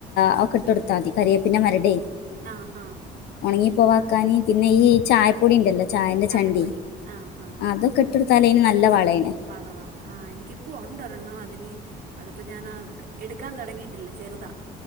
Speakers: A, on the left; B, on the right.
A: അഹൊക്കെ ഇട്ടൊടു ത്താതി കരിയേപ്പിന്റെ മരടേ
B: ആഹ് ഹാ
A: ഉണങ്ങി പോവാക്കാന് പിന്നെ ഈ ചായപ്പൊടിണ്ടല്ലോ? ചായന്റെ
B: ചായപ്പൊടി
A: ചണ്ടി
B: ആ ഹാ
A: അതൊക്കെ ഇട്ട ട്ടുത്താലയിന് നല്ല വളേണ്
B: വളവാണ് ആ എനിക്കിപ്പോ ഒണ്ടൊരെണ്ണം അതിന് അതി പ്പൊ ഞാനാ എടുക്കാൻ തൊടങ്ങിയിട്ടില്ല ചെറുതാ